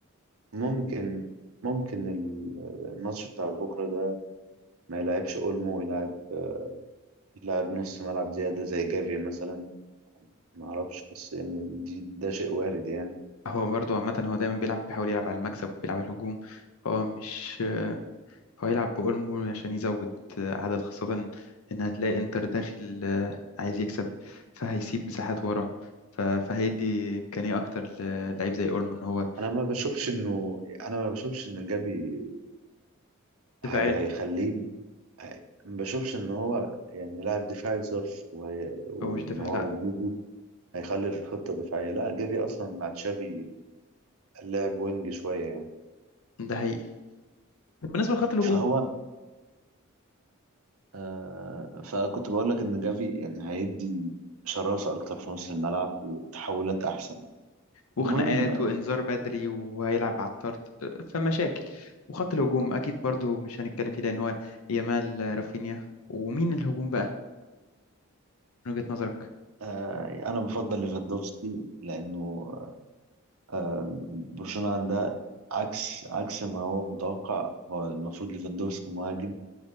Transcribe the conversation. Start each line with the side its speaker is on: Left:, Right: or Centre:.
Right: ممكن ممكن ال- آه، الماتش بتاع بكرة ده ما يلعبش أولمو ويلعب آه، يلعب نص ملعب زيادة زي جافي مثلا ما أعرفش بس يعني دي ده شيء وارد يعني
Left: هو برضه عامة هو دايما بيلعب بيحاول يلعب على المكسب وبيلعب على الهجوم هو مش هو يلعب بأولمو عشان يزود عدد خاصة إن هتلاقي إنتر داخل آه، عايز يكسب فهيسيب مساحات ورا ف- فهيدي إمكانية أكتر للعيب زي أولمو إن هو
Right: أنا ما بشوفش إنه أنا ما بشوفش إن جافي
Left: دفاعيا
Right: هي هيخليه هي- ما بشوفش ان هو يعني لاعب دفاعي صرف وهي... وان
Left: هو مش دفاع
Right: هو
Left: لأ
Right: وجوده هيخلي الخطة دفاعية لا جافي اصلا مع تشافي لاعب وينج شوية يعني
Left: ده حقيقي بالنسبة لخط الهجوم
Right: فهو آه فكنت بقول لك ان جافي يعني هيدي شراسة اكتر في نص الملعب وتحولات احسن
Left: وخناقات
Right: المهم
Left: وإنذار بدري وهيلعب على الطرد آه، فمشاكل وخط الهجوم أكيد برضو مش هنتكلم فيه لأن هو يامال آه، رافينيا ومين الهجوم بقى من وجهة نظرك؟
Right: آه انا بفضل ليفاندوفسكي لانه آه برشلونة عندها عكس عكس ما هو متوقع هو المفروض ليفاندوفسكي مهاجم